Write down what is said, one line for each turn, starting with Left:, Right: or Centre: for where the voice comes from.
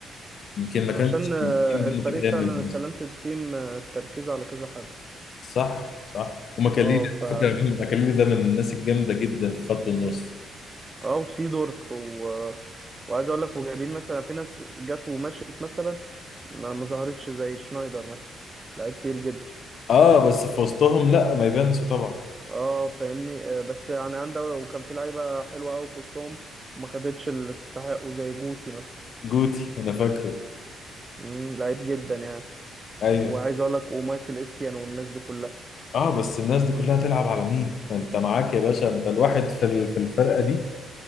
Left: يمكن ما
Right: عشان
Left: كانش
Right: آه،
Left: التيم
Right: الفريق
Left: ده متكامل
Right: فعلا التالنتد
Left: مثلاً.
Right: تيم آه، التركيز على كذا حد
Left: صح صح ومكاليلي
Right: اه ف
Left: على فكره مين- مكاليلي ده من الناس الجامده جدا في خط النص
Right: اه وسيدورف و... وعايز اقول لك وجايبين مثلا في ناس جت ومشيت مثلا ما ما ظهرتش زي شنايدر مثلا لعيب تقيل جدا
Left: اه بس في وسطهم لا ما يبانش طبعا
Right: اه فاهمني آه، بس يعني عنده وكان في لعيبه حلوه قوي في وسطهم وما خدتش اللي تستحقه زي جوتي مثلا
Left: جوتي انا فاكره
Right: مم، لعيب جدا يعني
Left: ايوه
Right: وعايز اقول لك ومايكل اسيان والناس دي كلها
Left: اه بس الناس دي كلها تلعب على مين انت معاك يا باشا انت الواحد في ال- في الفرقه دي